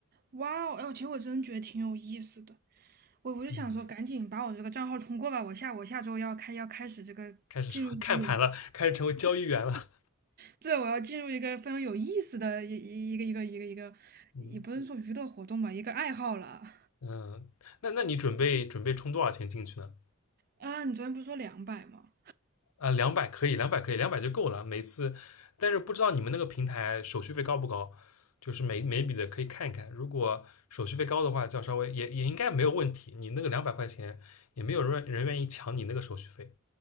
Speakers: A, on the right; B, on the left.
A: 哇哦，哎呦，其实我真觉得挺有意思的。我我就想说，
B: 嗯，
A: 赶紧把我这个账号通过吧，我下我下周要开要开始这个进入一个有，
B: 开始什么 <laughs> 看盘了，开始成为交易员了，
A: 对，我要进入一个非常有意思的一一一个一个一个一个，
B: 嗯
A: 也不是说娱乐活动吧，一个爱好了。
B: 嗯，那那你准备准备充多少钱进去呢？
A: 啊，你昨天不是说两百吗？
B: 啊，两百可以，两百可以，两百就够了。每次，但是不知道你们那个平台手续费高不高？就是每每笔的可以看一看，如果手续费高的话，就要稍微也也应该没有问题。你那个两百块钱也没有人人愿意抢你那个手续费。